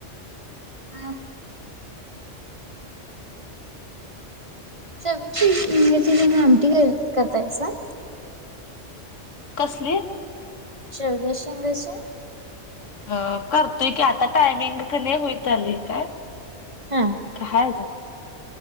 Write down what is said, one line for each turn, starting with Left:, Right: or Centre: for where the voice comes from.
Right: मग. शेवग्याच्या शेंगाची तुम्ही आमटी करतायसा?
Left: कसली?
Right: शेवंग्याच्या शेंगाची.
Left: अ करतोय की, आता टायमिंग कनयं होईत आली काय?
Right: हा.
Left: हाय अजून?